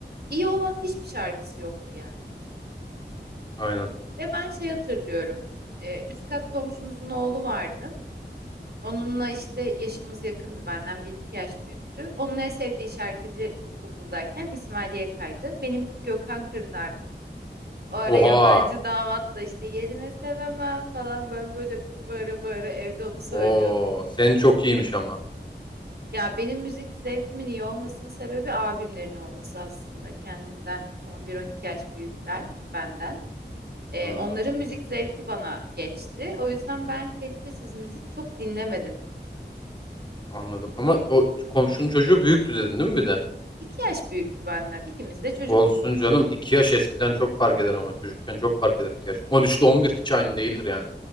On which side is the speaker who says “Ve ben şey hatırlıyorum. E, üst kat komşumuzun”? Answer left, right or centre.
Right